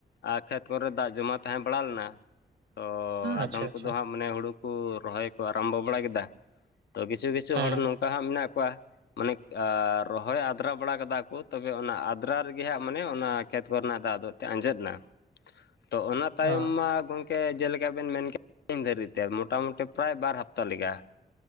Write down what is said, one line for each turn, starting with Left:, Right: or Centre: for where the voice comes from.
Left: ᱟᱨ ᱠᱷᱮᱛ ᱠᱚᱨᱮ ᱫᱟᱜ ᱡᱚᱢᱟ ᱛᱟᱦᱮᱸ ᱵᱟᱲᱟ ᱞᱮᱱᱟ, ᱛᱚ ᱟᱫᱷᱚᱢ
Right: ᱟᱪᱪᱷᱟ ᱟᱪᱪᱷᱟ
Left: ᱠᱚᱫᱚ ᱦᱟᱸᱜ ᱢᱟᱱᱮ ᱦᱩᱲᱩ ᱠᱚ ᱨᱚᱦᱚᱭ ᱠᱚ ᱟᱨᱟᱢᱵᱚ ᱵᱟᱲᱟ ᱠᱮᱫᱟ᱾ ᱛᱚ ᱠᱤᱪᱷᱩ ᱠᱤᱪᱷᱩ
Right: ᱦᱮᱸ
Left: ᱦᱚᱲ ᱱᱚᱝᱠᱟ ᱦᱟᱜ ᱢᱮᱱᱟᱜ ᱠᱚᱣᱟ ᱢᱟᱱᱮ <unintelligible> ᱨᱚᱦᱚᱭ ᱟᱛᱨᱟ ᱵᱟᱲᱟ ᱠᱟᱫᱟ ᱠᱚ ᱛᱚᱵᱮ ᱚᱱᱟᱼᱼ <unintelligible> ᱨᱮᱜᱮ ᱦᱟᱸᱜ ᱢᱟᱱᱮ ᱚᱱᱟ ᱠᱷᱮᱛ ᱠᱚᱨᱮᱱᱟᱜ ᱫᱟᱜ ᱫᱚ ᱮᱱᱛᱮ ᱟᱸᱡᱮᱫ ᱮᱱᱟ᱾ <unintelligible> ᱛᱚ ᱚᱱᱟ ᱛᱟᱭᱚᱢ
Right: ᱦᱩᱸ
Left: ᱢᱟ ᱜᱚᱝᱠᱮᱼᱼ ᱡᱮᱞᱮᱠᱟ ᱵᱮᱱ ᱢᱮᱱ ᱠᱮᱫ <unintelligible> ᱫᱷᱟᱹᱨᱤᱡᱛᱮ ᱢᱚᱴᱟᱢᱩᱴᱤ ᱯᱨᱟᱭ ᱵᱟᱨ ᱦᱟᱯᱛᱟ ᱦᱟᱯᱛᱟ ᱞᱮᱠᱟ